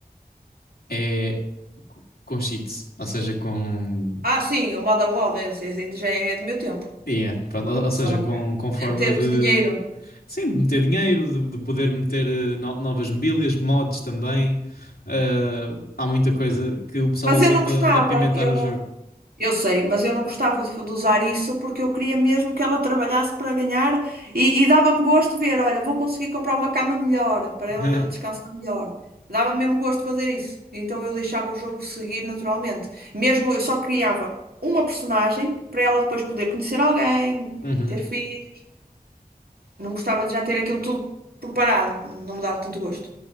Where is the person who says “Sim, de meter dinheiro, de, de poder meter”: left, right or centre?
Left